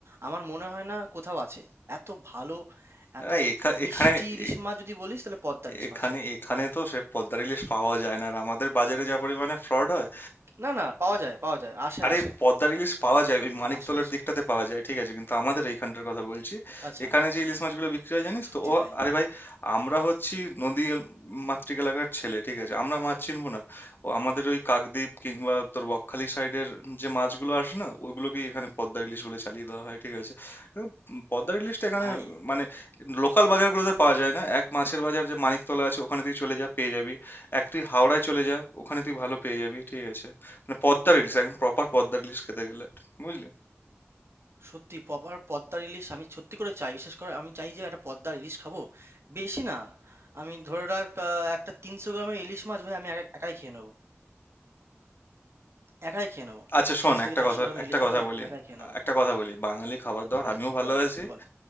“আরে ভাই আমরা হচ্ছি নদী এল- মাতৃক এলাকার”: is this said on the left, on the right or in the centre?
Left